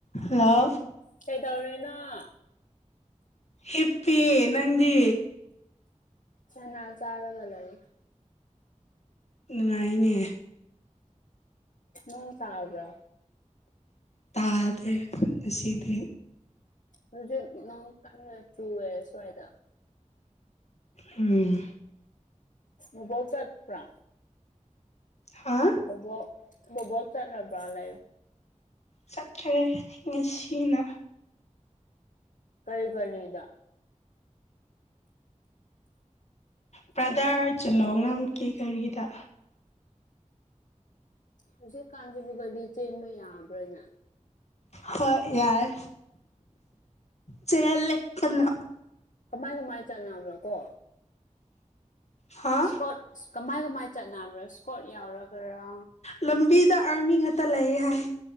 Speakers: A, on the left (about 55°); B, on the left (about 80°).
A: hello
B: ꯀꯩꯗꯧꯔꯤꯅꯣ ꯑꯥ
A: ꯍꯤꯞꯄꯤ ꯅꯪꯗꯤ
B: ꯆꯅ ꯆꯥꯔꯒ ꯂꯩꯌꯦ
A: ꯅꯨꯡꯉꯥꯏꯅꯦ
B: ꯅꯣꯡ ꯇꯥꯕ꯭ꯔꯥ
A: ꯇꯥꯗꯦ ꯉꯁꯤꯗꯤ
B: ꯍꯧꯖꯤꯛ ꯅꯣꯡ ꯀꯟꯅ ꯆꯨꯋꯦ ꯁꯨꯋꯥꯏꯗ
A: ꯎꯝ
B: ꯎꯕꯥꯎ ꯆꯠꯄ꯭ꯔꯥ
A: ꯍꯥ
B: ꯕꯣꯕꯣꯛ ꯕꯣꯕꯣꯛ ꯆꯠꯂꯕ꯭ꯔꯥ ꯂꯩ
A: ꯆꯠꯈ꯭ꯔꯦ ꯉꯁꯤꯅ
B: ꯀꯔꯤ ꯀꯔꯤꯗ
A: ꯄ꯭ꯔꯗꯥꯔ ꯆꯂꯥꯎꯉꯝ ꯀꯤ ꯀꯔꯤꯒꯤꯗ
B: ꯍꯧꯖꯤꯛ ꯀꯥꯟꯁꯤꯕꯨ ꯒꯥꯔꯤ ꯆꯦꯟꯕ ꯌꯥꯕ꯭ꯔꯅꯦ
A: ꯍꯣꯏ ꯌꯥꯔꯦ ꯆꯦꯜꯂꯦ ꯀꯟꯅꯥ
B: ꯀꯃꯥꯏ ꯀꯃꯥꯏ ꯆꯠꯅꯕ꯭ꯔꯣ ꯀꯣ
A: ꯍꯥ
B: ꯁ꯭ꯀꯣꯠ ꯀꯃꯥꯏ ꯀꯃꯥꯏ ꯆꯠꯅꯕ꯭ꯔꯥ ꯀꯣꯠ ꯌꯥꯎꯔꯕ꯭ꯔꯥ
A: ꯂꯝꯕꯤꯗ ꯑꯥꯔꯃꯤ ꯉꯥꯛꯇ ꯂꯩꯌꯦ ꯍꯥꯏ